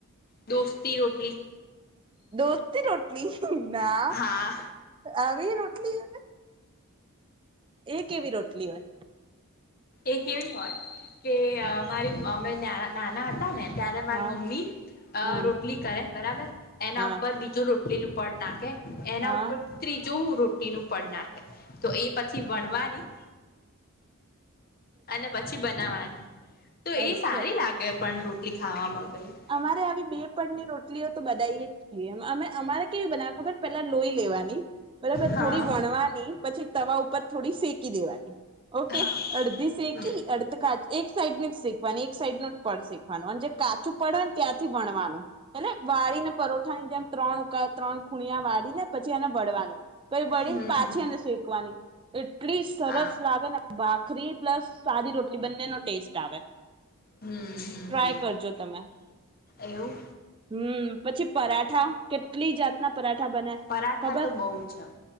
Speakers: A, on the left; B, on the right.
A: દોસ્તી રોટલી.
B: દોસ્તી રોટલી. ના
A: હા
B: આવી રો. <unintelligible> એ કેવી રોટલી હોય?
A: એક એવી હોય કે અ મારી અમે ન નાના હતા ને ત્યારે માર
B: હા
A: મમ્મી અ
B: હા
A: રોટલી કરે બરાબર એના
B: હા
A: ઉપર બીજું રો લીલું પડ ના કે. એના
B: હા
A: ઉપર ત્રી જું રોટીનું પડ નાખે તો એ પછી વણવા. <inaudible> અને પછી બનાવાની. તો
B: અચ્છા
A: એ સારી લાગે. પણ રોટલી ખાવામાં. ભઈ
B: અમારે આવી બે પડની રોટી એટલી તો બધા અમે અમારે કેવી બના ખબર? પેલા લોઈ લેવાની. બરાબર
A: હા
B: થોડી વણવાની પછી તવા ઉપર થોડી સે કી દેવાની ઓકે
A: હા
B: અડધી સેકી
A: હમ
B: અડધ કાચ એક સાઈડ ની જ શીખવાનું એક સાઈડ નું જ પણ શીખવાનું અને જે કાચું પડેને ત્યાંથી વણવાનું હને વાળને પરટ જેમ ત્રણ ક ત્રણ ખૂણિયા વાળી ને પછી એને વળવાનું પઈ વળીને
A: હમ
B: પાછી
A: હમ
B: એને શેકવાની. એટ એટલી સરસ
A: હા
B: લાગે ને ભા ખરી પ્લસ સાદી રોટલી બંને નો ટેસ્ટ આવે
A: હમ હમ
B: ટ્રાય
A: હમ
B: કરજો તમે.
A: એવું
B: હમ્મ પછી પરાઠા કેટલી જાતના પરાઠા બને
A: પરાઠા
B: ખબર
A: તો બહુ છે